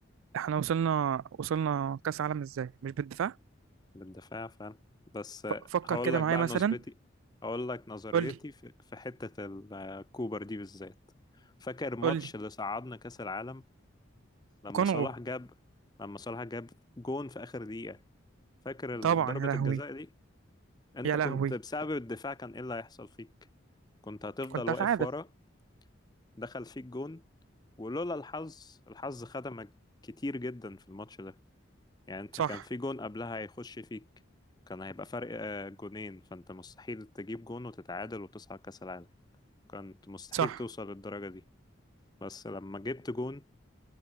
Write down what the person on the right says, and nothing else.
احنا وصلنا وصلنا كأس عالم ازاي مش بالدفاع
ف- فكر
كده
معايا
مثلا
قول لي
قول لي
كونغو
طبعا
يا لهوي
يا
لهوي
كنت
هتعادل
صح
صح